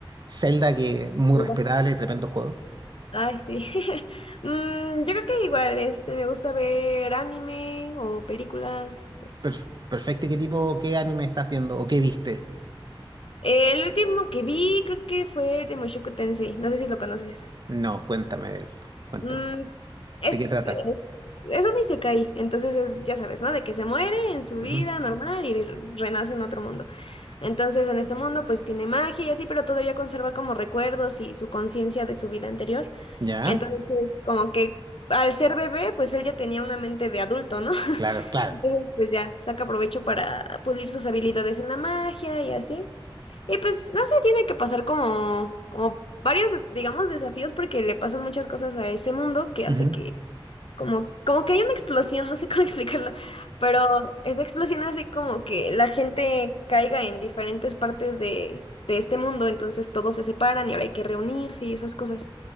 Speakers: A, on the right (about 50°); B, on the left (about 75°).
A: Zelda, que muy
B: oiga.
A: respetable, tremendo juego.
B: Ay, sí. <laughs> Mm, yo creo que igual, este, me gusta ver anime o películas, este.
A: Per- perfecto, ¿y qué tipo, qué anime estás viendo o qué viste?
B: El último que vi creo que fue el de Mushoku Tensei, no sé si lo conoces.
A: No, cuéntame de él. Cuéntame.
B: Mm, es,
A: ¿De qué trata?
B: es, es un isekai, entonces es, ya sabes, ¿no? De que se muere en su vida
A: Ujú.
B: normal y renace en otro mundo. Entonces, en este mundo, pues tiene magia y así, pero todavía conserva como recuerdos y su conciencia de su vida anterior.
A: ¿Ya?
B: Entonces, pues, como que al ser bebé, pues él ya tenía una mente de adulto, ¿no? <laughs>
A: Claro, claro.
B: Entonces, pues ya saca provecho para pulir sus habilidades en la magia y así. Y pues, no sé, tiene que pasar como, como varios, des- digamos, desafíos porque le pasan muchas cosas a ese mundo que hace
A: Ujú.
B: que, como, como que hay una explosión, no sé cómo <laughs> explicarlo, pero esa explosión hace como que la gente caiga en diferentes partes de, de este mundo, entonces todos se separan y ahora hay que reunirse y esas cosas.